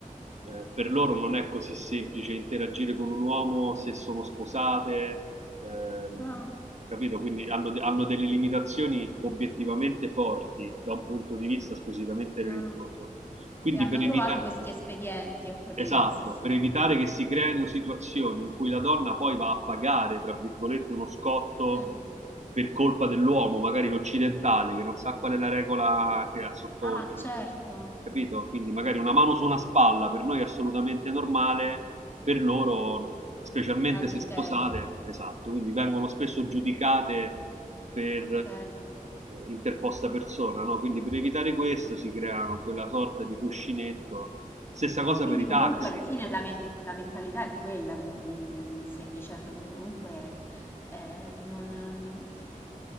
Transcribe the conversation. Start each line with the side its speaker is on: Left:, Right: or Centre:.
Right: eh, per loro non è così semplice interagire con un uomo se sono sposate, ehm,
Left: Ah,
Right: capito? Quindi hanno, de- hanno delle limitazioni obiettivamente forti da un punto di vista squisitamente religioso.
Left: ah,
Right: Quindi
Left: E hanno
Right: per
Left: trovato
Right: evitare,
Left: questi espedienti, ho capito,
Right: esatto,
Left: sì, sì.
Right: per evitare che si creino situazioni in cui la donna poi va a pagare, tra virgolette, uno scotto
Left: Mm.
Right: per colpa dell'uomo, magari l'occidentale, che non sa qual è la regola che ha sotto,
Left: Ah, certo,
Right: capito? Quindi magari una mano su una spalla per noi è assolutamente normale, per loro, specialmente
Left: adulterio.
Right: se sposate, esatto, quindi vengono spesso giudicate per
Left: Ok.
Right: eh, interposta persona, no? Quindi per evitare questo si crea quella sorta di cuscinetto. Stessa cosa
Left: Quindi
Right: per i taxi.
Left: comunque alla fine la, men- la mentalità è quella, quindi mi stai dicendo che comunque eh, non, non-